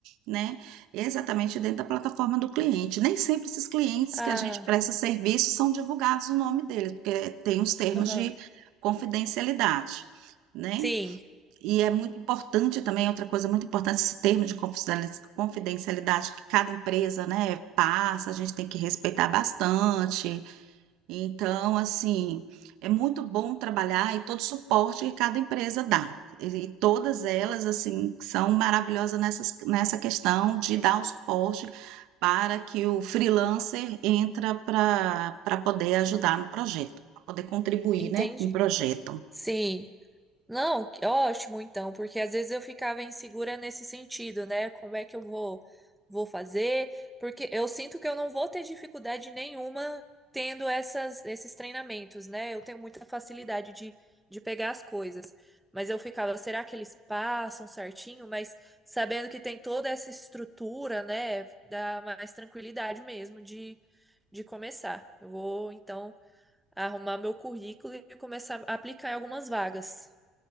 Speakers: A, on the right; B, in the centre.
A: né? Exatamente dentro da plataforma do cliente. Nem sempre esses clientes
B: Ah,
A: que a gente presta serviço são divulgados o nome deles, porque tem os termos
B: aham.
A: de confidencialidade, né?
B: Sim,
A: E é muito importante também, outra coisa muito importante, esse termo de confidencialis- confidencialidade que cada empresa, né, passa, a gente tem que respeitar bastante. Então, assim, é muito bom trabalhar e todo o suporte que cada empresa dá. E e todas elas, assim, são maravilhosas nessas, nessa questão de dar o suporte para que o freelancer entra para para poder ajudar no projeto, para poder contribuir,
B: entendi.
A: né, com o projeto.
B: Sim. Não, que ótimo então, porque às vezes eu ficava insegura nesse sentido, né? Como é que eu vou vou fazer? Porque eu sinto que eu não vou ter dificuldade nenhuma tendo essas, esses treinamentos, né? Eu tenho muita facilidade de, de pegar as coisas. Mas eu ficava, será que eles passam certinho? Mas sabendo que tem toda essa estrutura, né? Dá mais tranquilidade mesmo de, de começar. Eu vou então arrumar meu currículo e começar a aplicar em algumas vagas.